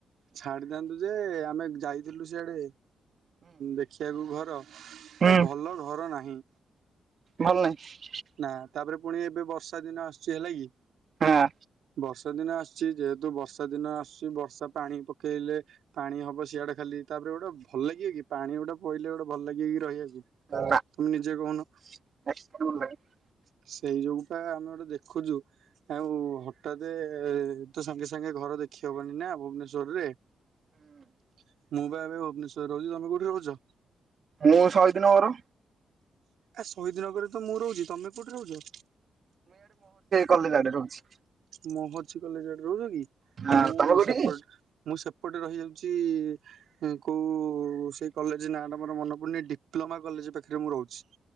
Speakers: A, on the right; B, on the right.
A: ଛାଡିଥାନ୍ତୁ ଯେ ଆମେ ଯାଇଥିଲୁ ସିଆଡେ ଦେଖିବାକୁ ଘ
B: ହୁଁ
A: ଭଲ ଘର ନାହିଁ।
B: ଭଲ ନାହିଁ।
A: ନା ତାପରେ ପୁଣି ଏବେ ବର୍ଷା ଦିନ ଆସୁଚି ହେଲା କି।
B: ହାଁ।
A: ବର୍ଷା ଦିନ ଆସୁଚି ଯେହେତୁ ବର୍ଷା ଦିନ ଆସୁଚି ବର୍ଷା ପାଣି ପକେଇଲେ ପାଣି ହବ ସିଆଡେ ଖାଲି। ତାପରେ ଗୋଟେ ଭଲ ଲାଗିବ କି ପାଣି ଗୋଟେ ପଇଲେ ଗୋଟେ ଭଲ ଲାଗିବ କି ରହିବାକୁ
B: ନା
A: ତମେ ନିଜେ କହୁନ।
B: <unintelligible>
A: ସେଇ ଯୋଗୁପା ଆମେ ଗୋଟେ ଦେଖୁଚୁ ଆଉ ହଠାତେ ତ ସାଙ୍ଗେ ସାଙ୍ଗେ ଘର ଦେଖ <unintelligible> ନା ଭୁବନେଶ୍ୱର ରେ। ମୁଁ ପା ଏବେ ଭୁବନେଶ୍ଵରରେ ରହୁଚି ତମେ କୋଉଠି ରହୁଛ?
B: ମୁଁ ସହିଦ ନଗର।
A: ଏ ଶହୀଦିନଗରରେ ତ ମୁଁ ରହୁଛି ତମେ କୋଉଠି ରହୁଛ?
B: କଲେଜେ ଆଡେ ରହୁଛି।
A: ମୋହର୍ଛିି କଲେଜରେ ରହୁଛ କି
B: ଆଉ
A: ମୁଁ
B: ତମେ କୋଉଠି
A: ସେପଟ
B: କି?
A: ମୁଁ ସେ ଏପଟେ ରହିଯାଉଛି କୋଉ ସେଇ କଲେଜ ନାଁଟା ମୋର ମନେ ପଡୁନି ଡିପ୍ଲୋମା କଲେଜ। ଏ ପାଖରେ ମୁଁ ରହୁଛି।